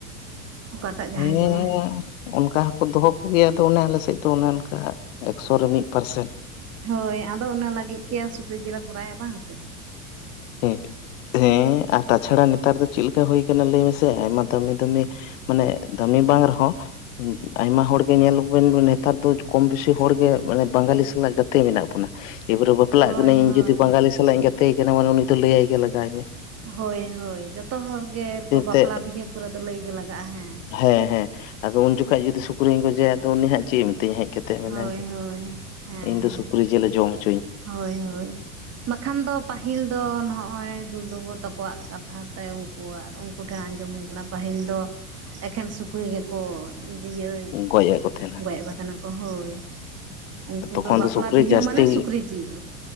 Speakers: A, on the right; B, on the left.
A: ᱚᱠᱟᱴᱟᱜ ᱡᱟᱦᱟᱸᱭ
B: ᱦᱮᱸ
A: ᱡᱚᱢᱟᱭ
B: ᱚᱱᱠᱟ ᱦᱚᱸᱠᱚ ᱫᱚᱦᱚ ᱠᱚᱜᱮᱭᱟ ᱟᱫᱚ ᱚᱱᱮ ᱟᱞᱮᱥᱮᱫ ᱫᱚ ᱚᱱᱮ ᱚᱱᱠᱟ ᱮᱠᱥᱚ ᱨᱮ ᱢᱤᱫ ᱯᱟᱨᱥᱮᱱ
A: ᱦᱳᱭ ᱟᱫᱚ ᱚᱱᱟ ᱞᱟᱹᱜᱤᱫ ᱜᱮ ᱥᱩᱠᱨᱤ ᱡᱤᱞᱮ ᱠᱚᱨᱟᱭᱟ ᱵᱟᱝ ᱥᱮ <inaudible>
B: ᱦᱮᱸ ᱦᱮᱸ ᱟᱨ ᱛᱟᱪᱷᱟᱲᱟ ᱱᱮᱛᱟᱨ ᱫᱚ ᱪᱮᱫᱮ ᱞᱮᱠᱟ ᱦᱩᱭ ᱟᱠᱟᱱᱟ ᱞᱟᱹᱭ ᱢᱮᱥᱮ ᱟᱭᱢᱟ ᱫᱟᱹᱢᱤ ᱫᱟᱹᱢᱤ ᱢᱟᱱᱮ ᱫᱟᱹᱢᱤ ᱵᱟᱝ ᱨᱮᱦᱚᱸ ᱟᱭᱢᱟ ᱦᱚᱲᱜᱮ ᱧᱮᱞᱵᱚᱱ ᱱᱮᱛᱟᱨ ᱫᱚ ᱠᱚᱢ ᱵᱮᱥᱤ ᱦᱚᱲᱜᱮ ᱵᱟᱝᱜᱟᱞᱤ ᱥᱟᱞᱟᱜ ᱜᱟᱛᱮ ᱢᱮᱱᱟᱜ ᱵᱚᱱᱟ ᱮᱵᱟᱨᱮ ᱵᱟᱯᱞᱟᱜ
A: ᱦᱳᱭ
B: ᱠᱟᱹᱱᱟᱹᱧ
A: ᱦᱳᱭ
B: ᱡᱩᱫᱤ ᱵᱟᱝᱜᱟᱞᱤ ᱥᱟᱞᱟᱜ ᱤᱧ ᱜᱟᱛᱮᱭ ᱠᱟᱱᱟ ᱢᱟᱱᱮ ᱩᱱᱤ ᱫᱚ ᱞᱟᱹᱭᱟᱭ ᱜᱮ ᱞᱟᱜᱟᱣᱤᱧᱟ
A: ᱦᱳᱭ ᱦᱳᱭ ᱡᱚᱛᱚ ᱦᱚᱲ ᱜᱮ ᱮᱨᱯᱚᱨ ᱵᱟᱯᱞᱟ
B: ᱛᱮ
A: ᱵᱤᱦᱟᱹ ᱠᱚᱨᱮ ᱫᱚ ᱞᱟᱹᱭ ᱜᱮᱮ ᱞᱟᱜᱟᱜ-ᱟ ᱦᱮᱸ
B: ᱦᱮᱸ ᱦᱮᱸ ᱟᱫᱚ ᱩᱱ ᱡᱚᱠᱷᱚᱡ ᱡᱩᱫᱤ ᱥᱩᱠᱨᱤᱧ ᱠᱚᱡᱮᱭᱟ ᱟᱫᱚ ᱩᱱᱤ ᱦᱟᱜ ᱪᱮᱫ ᱮ ᱢᱮ ᱛᱤᱧ ᱦᱮᱡ ᱠᱟᱛᱮᱫ ᱢᱮᱱᱟ
A: ᱦᱳᱭ ᱦᱳᱭ ᱦᱮᱸ
B: ᱤᱧ ᱫᱚ
A: ᱦᱮᱸ
B: ᱥᱩᱠᱨᱤ ᱡᱤᱞᱮ ᱡᱚᱢ ᱦᱚᱪᱚ
A: ᱦᱳᱭ ᱦᱳᱭ ᱵᱟᱠᱷᱟᱱ ᱫᱚ ᱯᱟᱹᱦᱤᱞ ᱫᱚ ᱱᱚᱜ-ᱚᱭ ᱩ ᱫᱟᱜᱩ ᱛᱟᱠᱚᱣᱟᱜ ᱠᱟᱛᱷᱟ ᱛᱮ ᱩᱱᱠᱩᱣᱟᱜ ᱩᱱᱠᱩ ᱴᱷᱮᱱ ᱟᱸᱡᱚᱢ ᱦᱩᱭ ᱟᱠᱟᱱᱟ ᱯᱟᱹᱦᱤᱞ ᱫᱚ ᱮᱠᱷᱮᱱ ᱥᱩᱠᱨᱤ ᱜᱮᱠᱚ ᱤᱭᱟᱹ
B: ᱜᱚᱡᱮᱫ ᱠᱚ ᱛᱟᱦᱮᱱᱟ
A: ᱜᱚᱡᱮᱫ ᱠᱚ ᱛᱟᱦᱮᱱᱟ ᱦᱳᱭ ᱩᱱᱠᱩ
B: ᱛᱚᱠᱷᱚᱱ
A: ᱫᱚ ᱵᱟᱯᱞᱟ
B: ᱥᱩᱠᱨᱤ
A: ᱵᱤᱦᱟᱹ
B: ᱡᱟᱹᱥᱛᱤ
A: ᱢᱟᱱᱮ ᱥᱩᱠᱨᱤ ᱡᱤᱞ